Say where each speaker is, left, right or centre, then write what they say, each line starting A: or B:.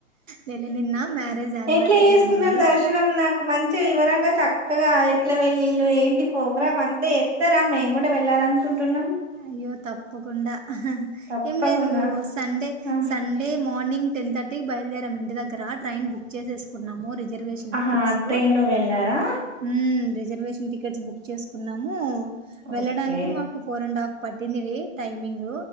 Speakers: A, on the right; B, on the right.
A: లేలే నిన్న మ్యారేజ్ యానివర్సరీ
B: ఎట్లా చేసుకున్నారు
A: ఉన్నింది
B: దర్శనం నాకు మంచి వివరంగా చక్కగా ఎట్లా వెళ్ వీళ్ళు ఏంటి ప్రోగ్రామ్ అంతే చెప్తారా మేము కూడా వెళ్ళాలి అనుకుంటున్నాం
A: అయ్యో తప్పకుండా ఆహా
B: తప్పకుండా
A: ఏం లేదు, సండే
B: ఆ,
A: సండే మార్నింగ్ టెంతట్టి ఇ బయలుదేరాము ఇంటి దగ్గర ట్రైన్ బుక్ చేేసుకున్నాము రిజర్వేషన్
B: ఆహా
A: టికెట్స్,
B: ట్రైన్ లో వెళ్ళారా
A: ఉమ్ రిజర్వేషన్ టికెట్ టికెట్స్ బుక్ చేసుకున్నాము వెళ్ళడానికి
B: ఓకే
A: మాకు ఫోర్ అండ్ హాఫ్ పట్టిందిడి టైమింగ్